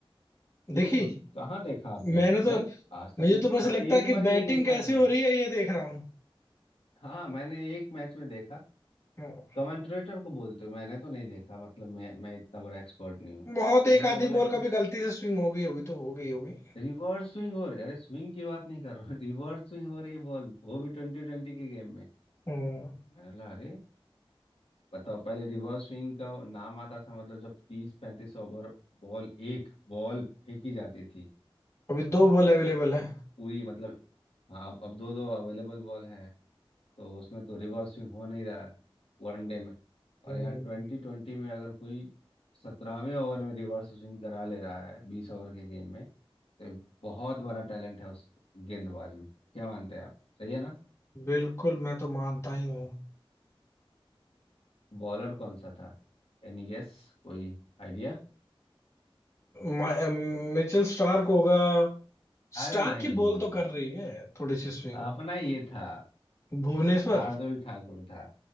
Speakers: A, on the left; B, on the left.
A: देखी
B: बिल्कुल कहाँ देखा आपने
A: मैंने तो
B: नहीं आज तक
A: मुझे
B: नहीं
A: तो
B: देखा
A: बस
B: हाँ
A: लगता
B: एक
A: है कि
B: बार ये
A: बैटिंग
B: देखा
A: कैसे
B: था मैंने
A: हो रही है ये देख रहा
B: हाँ मैंने एक मैच में देखा
A: हूँ
B: कमेंटरेटर को बोलते हो मैंने तो नहीं देखा मतलब मैं मैं इतना बड़ा एक्सपर्ट नहीं हूँ
A: बहुत एक
B: उन्होंने
A: आधी
B: बोला
A: बॉल
B: कि
A: कभी गलती से स्विंग हो गई होगी तो हो गई होगी
B: रिवर्स स्विंग हो रही अरे स्विंग की बात नहीं कर रहा हूँ <laughs> रिवर्स स्विंग हो रही बॉल वो भी ट्वेंटी ट्वेंटी के गेम में
A: हम्म
B: मैंने बोला अरे बताओ पहले रिवर्स स्विंग का नाम आता था मतलब जब तीस पैंतीस ओवर बॉल एक बॉल फेंकी जाती थी
A: अभी दो बॉल अवेलेबल है
B: पूरी मतलब हाँ अब अब दो दो अवेलेबल बॉल है तो उसमें तो रिवर्स स्विंग हो नहीं रहा है वनडे में और
A: हम्म
B: यहाँ ट्वेंटी ट्वेंटी में अगर कोई सत्रहवें ओवर में रिवर्स स्विंग करा ले रहा है बीस ओवर के गेम में तो ये बहुत बड़ा टैलेंट है उस गेंदबाज में क्या मानते हैं आप सही है ना
A: बिल्कुल मैं तो मानता ही हूँ
B: बॉलर कौन सा था Any guess कोई आइडिया
A: म- मिचेल स्टार्क होगा
B: अरे
A: स्टार
B: नहीं
A: की बॉल तो कर रही है थोड़ी सी स्विंग
B: अपना ये था
A: भुवनेश्वर
B: शार्दुल ठाकुर था